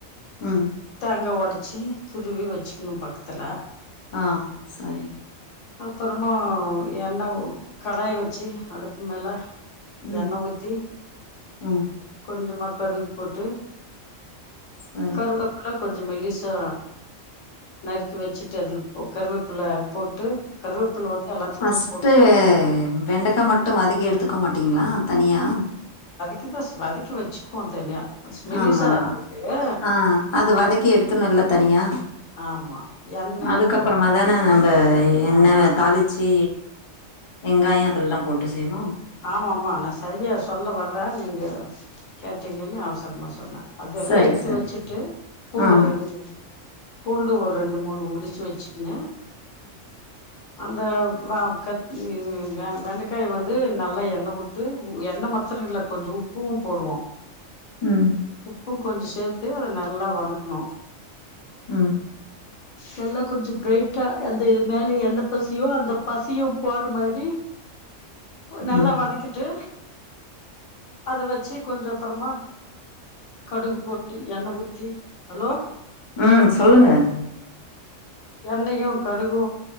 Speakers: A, on the left; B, on the left.
A: ம்
B: தேங்கா ஒடச்சு துருவி வெச்சுக்குணு பக்கத்துல
A: ஆ சரி
B: அப்றமா எண்ண ஊ கடாய் வெச்சி அடுப்பு மேல
A: ம்
B: எண்ண ஊத்தி
A: ம்
B: கொஞ்சமா கடுகு போட்டு
A: செரி
B: கருவேப்பில கொஞ்சோ மெல்லிசா நறுக்கி வச்சுட்டு அதுல போ கருவேப்புல போட் டு கருவேப்பல வந்து எல்லாத்துக்குமே
A: ஃபஸ்ட்டு
B: போட்
A: வெண்டக்கா மட்டூ வதக்கி எடுத்துக்கோ மாட்டிங்களா தனியா
B: கி தா வதக்கி வச்சுக்குவோ தனியா மெலிசா
A: ஆமா
B: அரைச்சிட்டு
A: ஆ அத வதக்கி
B: அது
A: எடுத்துருணு இல்ல தனியா
B: ஆமா எண்ணெயு
A: அதுக்கப்றமா
B: போட்டு
A: தானே நம்ம எண்ண
B: ஆமா
A: தாளி ச்சி வெங்காயோ அதெல்லா போட்டு செய்வோ
B: ஆமா ஆமா நா சரியா சொல்ல வ ரே நீங்க கேட்டீங்கன்னு அவசரமா சொன்னே அதெல்லா
A: சரி
B: எடுத்து
A: சரி
B: வச்சுட்டு பூண்டு
A: ஆ ம்
B: ரெண்டு பூண்டு ஒரு ரெண்டு மூணு உரிச்சு வச்சிக்கின்னு அந்த வா கட் ம் வெண்டக்காய் வந்து ந ல்லா எண்ண விட்டு எண்ண மத்திரோ இல்ல கொஞ்சோ உப்பூ போடுவோ
A: உம்
B: உப்பூ கொஞ்சோ சேத்து அத நல்லா வணக்கணு
A: உம்
B: நல்லா கொஞ்ச பிரரைட்டா அந்த இது மேல என பசியோ அந்த பசியு போற மாதிரி நல்லா
A: ம்
B: வதக்கிட்டு அத வச்சு கொஞ்ச அப்புறமா கடுகு போட்டு எண்ணெ ஊத்தி ஹலோ
A: உம் சொல்லுங்க
B: எண்ணெயையு கடுகு